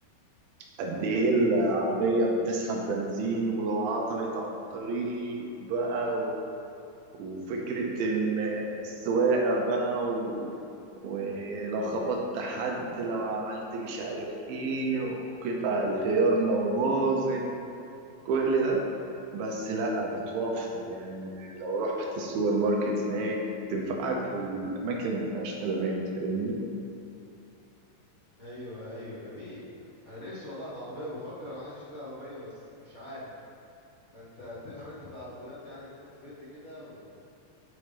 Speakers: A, on the right; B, on the left.
A: قد إيه العربية بتسحب بنزين ولو عطلت على الطريق بقى و... وفكرة إن السواقة بقى و... ولو خبطت حد لو عملت مش عارف إيه وقطع الغيار لو باظت كل ده بس
B: امم
A: لا بتوفر يعني لو رحت السوبر ماركت هناك تنفعك في الاماكن اللي ما فيهاش خدمات فاهمني
B: ايوه ايوه جميل انا نفسي والله في عربيه وبفكر انا عايز اشتري عربيه بس مش عارف فانت تفهم انت في العربيات يعني تقدر تفيدني كده و...